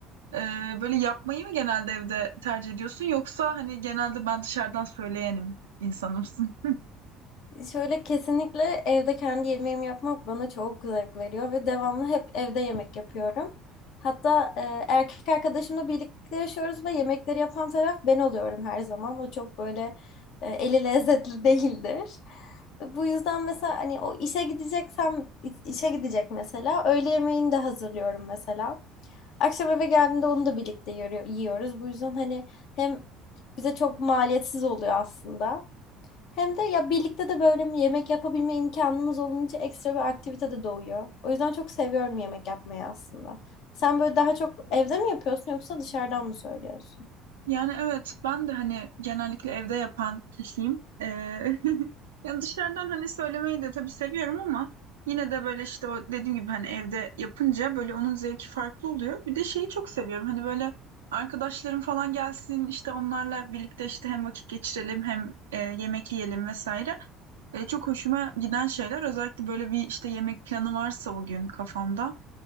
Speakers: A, on the right (about 75°); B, on the left (about 55°).
A: e, böyle yapmayı mı genelde evde tercih ediyorsun yoksa hani genelde ben dışarıdan söyleyenim insanımsın?
B: Şöyle kesinlikle evde kendi yemeğimi yapmak bana çok zevk veriyor ve devamlı hep evde yemek yapıyorum. Hatta e, erkek arkadaşımla birlikte yaşıyoruz ve yemekleri yapan taraf ben oluyorum her zaman. O çok böyle e, eli lezzetli <laughs> değildir. Bu yüzden mesela hani o işe gideceksem işe gidecek mesela öğle yemeğini de hazırlıyorum mesela. Akşam eve geldiğinde onu da birlikte yiyor- yiyoruz. Bu yüzden hani hem bize çok maliyetsiz oluyor aslında. Hem de ya birlikte de böyle bir yemek yapabilme imkanımız olunca ekstra bir aktivite de doğuyor. O yüzden çok seviyorum yemek yapmayı aslında. Sen böyle daha çok evde mi yapıyorsun yoksa dışarıdan mı söylüyorsun?
A: Yani evet ben de hani genellikle evde yapan kişiyim. Ee, <laughs> yani dışarıdan hani söylemeyi de tabii seviyorum ama yine de böyle işte o dediğim gibi hani evde yapınca böyle onun zevki farklı oluyor. Bir de şeyi çok seviyorum hani böyle arkadaşlarım falan gelsin işte onlarla birlikte işte hem vakit geçirelim hem e, yemek yiyelim vesaire. E, çok hoşuma giden şeyler özellikle böyle bir işte yemek planı varsa o gün kafamda.